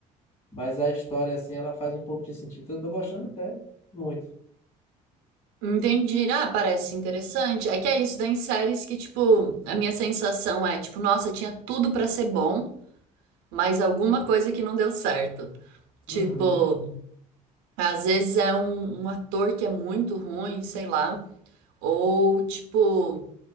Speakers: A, on the left (about 40°); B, on the right (about 80°).
A: mas a história, assim, ela faz um pouco de sentido. Então, eu tô gostando até muito.
B: Entendi. Ah, parece interessante. É que é isso, tem séries que, tipo, a minha sensação é, tipo, nossa, tinha tudo pra ser bom, mas alguma coisa que não deu certo. Tipo,
A: Uhum.
B: às vezes é um, um ator que é muito ruim, sei lá, ou, tipo,